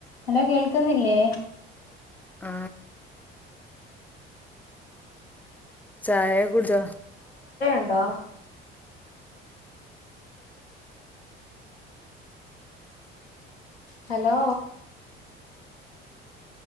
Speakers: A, on the left; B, in the centre.
A: ഹലോ കേൾക്കുന്നില്ലേ
B: ആ ചായ കുടി ച്ച
A: ണ്ടോ ഹലോ